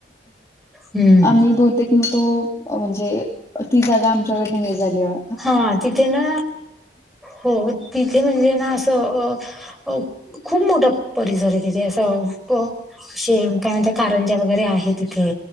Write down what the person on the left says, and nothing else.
आम्ही दुध - तेक नको म्हणजे ती जागा आमच्याकडनं हे झालीया